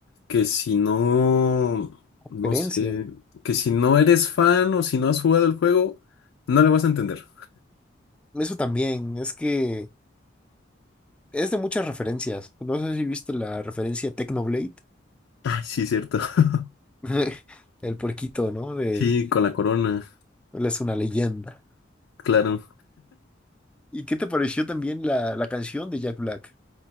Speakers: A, on the left; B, in the centre.
A: que si no, no
B: Referencias,
A: sé,
B: ¿no?
A: que si no eres fan o si no has jugado el juego, no le vas a entender.
B: Eso también, es que es de muchas referencias. No sé si viste la referencia Technoblade,
A: Ay, sí, cierto. <laughs>
B: <laughs> el puerquito, ¿no? De
A: Sí, con la corona,
B: Él es una leyenda.
A: claro.
B: ¿Y qué te pareció también la, la canción de Jack Black?